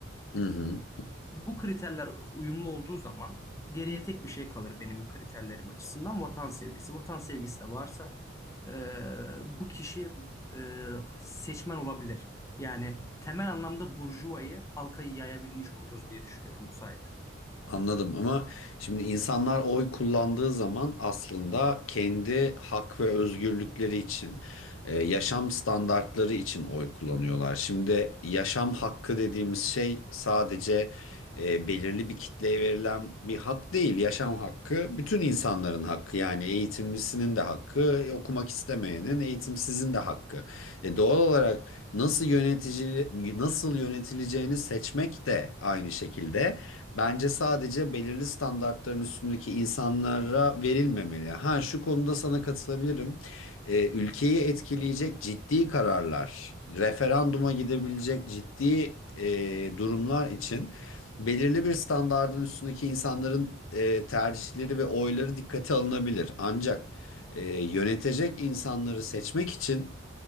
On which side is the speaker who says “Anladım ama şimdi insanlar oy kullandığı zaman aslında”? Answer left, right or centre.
Left